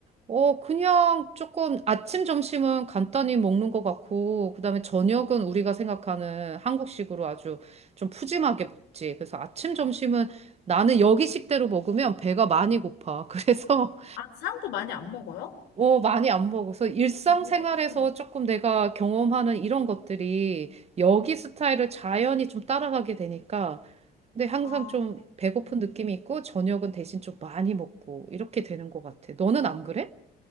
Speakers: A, on the right; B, on the left.
A: 어, 그냥 조금 아침, 점심은 간단히 먹는 것 같고, 그다음에 저녁은 우리가 생각하는 한국식으로 아주 좀 푸짐하게 먹지. 그래서 아침, 점심은 나는
B: 음.
A: 여기식대로 먹으면 배가 많이 고파. <laughs> 그래서,
B: 아, 사람도 많이 안 먹어요?
A: 어, 많이 안 먹어서 일상생활에서
B: 오.
A: 조금 내가 경험하는 이런 것들이 여기 스타일을 자연히 좀 따라가게 되니까, 근데 항상
B: 아,
A: 좀 배고픈
B: 음.
A: 느낌이 있고, 저녁은 대신 좀 많이 먹고, 이렇게 되는 것 같아. 너는 안 그래?